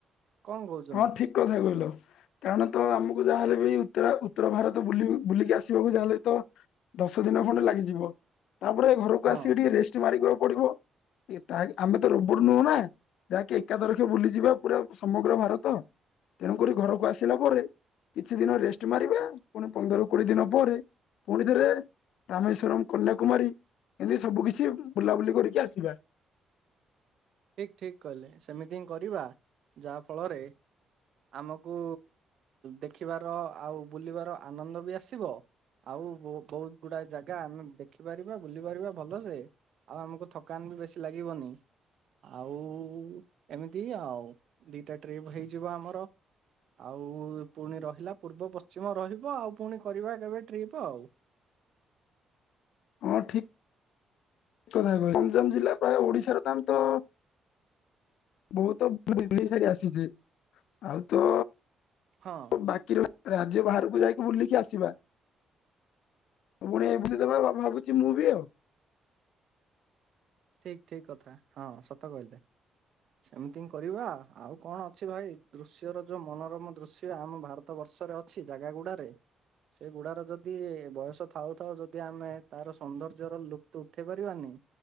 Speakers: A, on the right; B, on the left.
A: କଣ କହୁଛନ୍ତି
B: ହଁ ଠିକ କଥା କହିଲ, କାରଣ ତ ଆମକୁ ଯାହାହଲେ ବି ଉତ୍ତରା ଉତ୍ତର ଭାରତ ବ ବୁଲିକି ଆସିବାକୁ, ଯାହାହେଲେ ତ ଦଶ ଦିନ ଖଣ୍ଡେ ଲାଗିଯିବ ତାପରେ ଘରକୁ
A: ହଁ
B: ଆସିକି ଟିକେ ରେଷ୍ଟ ମାରିକୁ ପଡିବ। ଏ ତାହାଗି ଆମେ ତ ରୋବଟ୍ ନୁହଁ ନା ଯାହାକି ଏକା ତରଖେ ବୁଲିଯିବା ପୁରା ସମଗ୍ର ଭାରତ। ତ ତେଣୁକରି ଘରକୁ ଆସିଲା ପରେ କିଛି ଦିନ ରେଷ୍ଟ ମାରିବା ପୁଣି ପନ୍ଦର ରୁ କୋଡିଏ ଦିନ ପରେ ପୁଣି ଥରେ ରାମେଶ୍ଵରମ କନ୍ୟାକୁମାରୀ ଏମିତି ସବୁ କିଛି ବୁଲାବୁଲି କରିକି ଆସିବା।
A: ଠିକ ଠିକ କହିଲେ ସେମିତି ହିଁ କରିବା ଯାହା ଫଳରେ ଆମକୁ ଦେଖିବାର ଆଉ ବୁଲିବାର ଆନନ୍ଦ ବି ଆସିବ। ଆଉ ବୋହୁ ବୋହୁତ ଗୁଡାଏ ଜାଗା ଆମେ ଦେଖିପାରିବା ବୁଲି ପାରିବା ଭଲ ସେ। ଆଉ ଆମକୁ ଥକାନ ବି ବେଶୀ ଲାଗିବନି। ଆଉ ଏମିତି ଆଉ ଦିଟା ଟ୍ରିପ୍ ହେଇଯିବ ଆମର। ଆଉ ପୁଣି ରହିଲା ପୂର୍ବ ପଶ୍ଚିମ ରହିବ ଆଉ ପୁଣି କରିବା କେବେ ଟ୍ରିପ୍ ଆଉ। <inaudible>
B: ହଁ ଠିକ୍। ଠିକ୍ କଥା କହିଲେ ଗଞ୍ଜାମ ଜିଲ୍ଲା ପ୍ରାୟ ଓଡିଶାର <unintelligible> ବହୁତ <unintelligible> ସାରି ଆସିଛି ଆଉ ତ
A: ହଁ
B: ବାକି ରହିଲା ରାଜ୍ୟ ବାହାରକୁ ଯାଇକି ବୁଲିକି ଆସିବା ମୁଁ ପୁଣି <unintelligible> <unintelligible> ଭାବୁଛି ମୁଁ ବି ଆଉ
A: ଠିକ୍ ଠିକ୍ କଥା ହଁ ସତ କହିଲେ। ସେମିତି ହିଁ କରିବା ଆଉ କଣ ଅଛି ଭାଇ ଦୃଶ୍ୟର ଯୋଉ ମନୋରମ ଦୃଶ୍ୟ ଆମ ଭାରତ ବର୍ଷ ର୍ଷରେ ଅଛି ଜାଗା ଗୁଡାରେ ସେଗୁଡାର ଯଦି ବୟସ ଥାଉ ଥାଉ ଯଦି ଆମେ ତାର ସୌନ୍ଦର୍ଯ୍ୟ ର ଲୁପ୍ତ ଉଠେଇ ପାରିବାନି